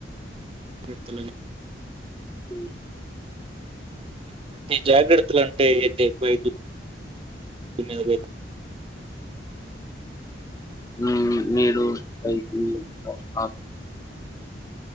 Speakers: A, on the right; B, on the left.
A: గ్రత్తలన్
B: ఉ
A: టే జాగ్రత్తలంటే ఏంటి వైబ్ మీద పోయ్
B: మ్ మీరు బైక్ మీద అప్